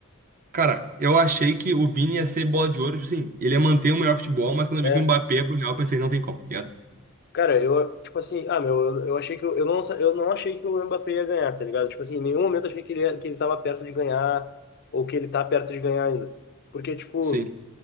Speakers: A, on the right (about 40°); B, on the left (about 45°).
A: Cara, eu achei que o Vini ia ser bola de ouro, tipo assim, ele ia manter o melhor futebol, mas quando eu
B: É,
A: vi que o Mbappé ia pro Real, eu pensei, não tem como, tá ligado?
B: Cara, eu, tipo assim, ah, meu, eu, eu achei que eu, eu não, sa- eu não achei que o Mbappé ia ganhar, tá ligado? Tipo assim, em nenhum momento eu achei que ele, ia- que ele tava perto de ganhar ou que ele tá perto de ganhar ainda. Porque, tipo,
A: Sim,